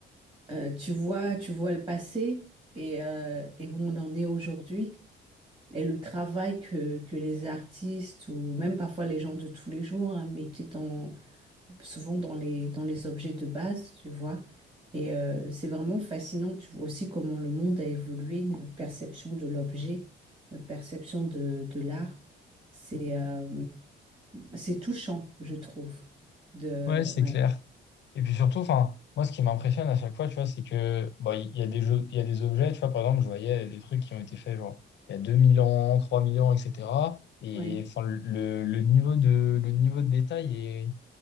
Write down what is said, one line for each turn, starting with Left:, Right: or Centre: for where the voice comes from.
Right: euh, tu vois, tu vois le passé et, euh, et où on en est aujourd'hui et le travail que, que les artistes ou même parfois les gens de tous les jours hein, mettaient dans, souvent dans les, dans les objets de base, tu vois. Et euh, c'est vraiment fascinant, tu vois aussi comment le monde a évolué, notre perception de l'objet, notre perception de, de l'art. C'est euh, c'est touchant, je trouve. De,
Left: Ouais, c'est
Right: ouais.
Left: clair. Et puis surtout, enfin, moi, ce qui m'impressionne à chaque fois, tu vois, c'est que, bon, il y a des jeux, il y a des objets, tu vois, par exemple, je voyais des trucs qui ont été faits, genre, il y a 2000 ans, 3000 ans, etc. Et,
Right: Ouais.
Left: enfin, le, le niveau de, le niveau de détail est